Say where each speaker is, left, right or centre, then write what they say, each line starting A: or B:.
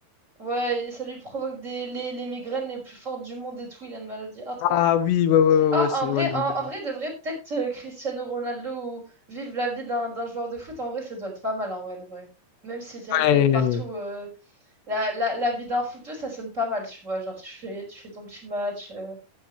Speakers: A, on the right (about 20°); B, on the left (about 90°).
A: ouais, et ça lui provoque des les, les migraines les plus fortes du monde et tout. Il a une maladie hardcore.
B: Ah oui, ouais, ouais, ouais,
A: Ah,
B: ouais, c'est
A: en vrai,
B: ouais, non,
A: en,
B: bien.
A: en vrai, de vrai, peut-être euh, Cristiano Ronaldo ou vivre la vie d'un d'un joueur de foot, en vrai, ça doit être pas mal, en vrai, de vrai. Même si t'es
B: Ouais.
A: reconnu partout, euh, la, la, la vie d'un footeux, ça sonne pas mal, tu vois. Genre, tu fais, tu fais ton petit match, euh,